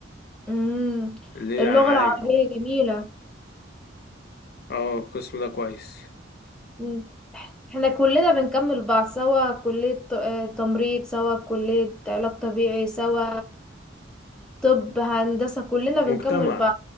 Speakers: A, in the centre; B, on the left.
A: امم
B: اللي
A: اللغة
B: هي عام
A: العربية جميلة
B: اه القسم ده كويس
A: امم احنا كلنا بنكمل بعض سوا كلية ت- آه، تمريض سوا كلية علاج طبيعي سوا طب هندسة كلنا بنكمل
B: مجتمع
A: بعض